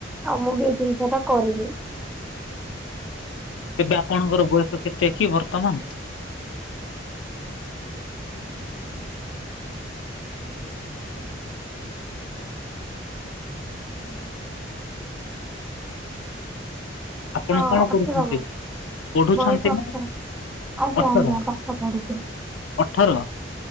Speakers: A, in the centre; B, on the left (about 80°).
A: ଆଉ ମୁଁ ବି ଏଇ ଜିନିଷ ଟା କରିବି।
B: ଏବେ ଆପଣଙ୍କର ବୟସ କେତେ କି ବର୍ତ୍ତମାନ?
A: ହୁଁ। ହଁ ହୁଁ। ହଁ। ହୁଁ।
B: ଆପଣ
A: ହଁ
B: କଣ କରୁଛନ୍ତି?
A: ଅଠର ବୟସ
B: ପଢୁଛନ୍ତି
A: ବୟସ ଅଠର।
B: ନା
A: ଆଜ୍ଞା
B: ଅଠର
A: ଆଜ୍ଞା ପାଠ ପଢୁଛି।
B: ଅଠର।